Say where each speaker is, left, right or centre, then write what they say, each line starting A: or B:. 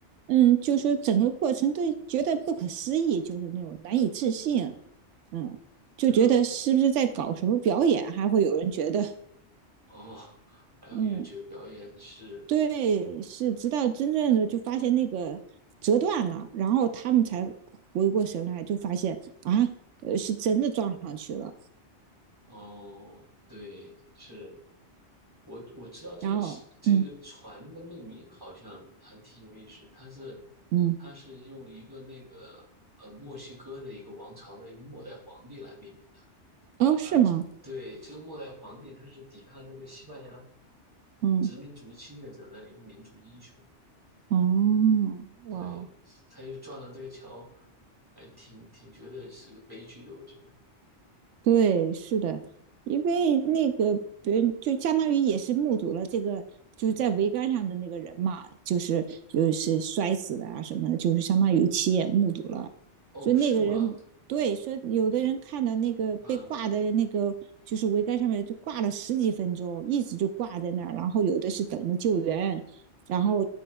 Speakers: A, on the right; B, on the right.
A: 嗯，就说整个过程都觉得不可思议，就是那种难以置信，啊嗯，就觉得是不是在搞什么表演，
B: 是啊，
A: 还会有人觉得，
B: 哦，<laughs> 还有音乐节表演是。
A: 嗯，对，是，直到真正的就发现那个折断了，然后他们才回过神来，就发现啊，呃，是真的撞上去了，
B: 哦，对，是我我知道这个其这个船的命名好像还挺有意思，
A: 然后，嗯
B: 它是
A: 嗯，
B: 它是用一个那个呃墨西哥的一个王朝的一个末代皇帝来命名的，
A: 哦，是吗？
B: 而且对这个末代皇帝他是抵抗那个西班牙
A: 嗯，
B: 殖民主义侵略者的一个民族英雄，
A: 哦，哇哦。
B: 对，他就撞上这个桥，还挺挺觉得是个悲剧的，我觉得，
A: 对，是的，因为那个别人就相当于也是目睹了这个，就是在桅杆上的那个人嘛，
B: 嗯，
A: 就是就是摔死的啊什么的，就是相当于亲眼目睹了。
B: 哦，
A: 所以那个人，
B: 是吗？
A: 对，说有的人看到那个被挂的那个就是桅杆上面就挂了十几分钟，
B: 嗯。
A: 一直就挂在那儿，然后有的是等着救援，然后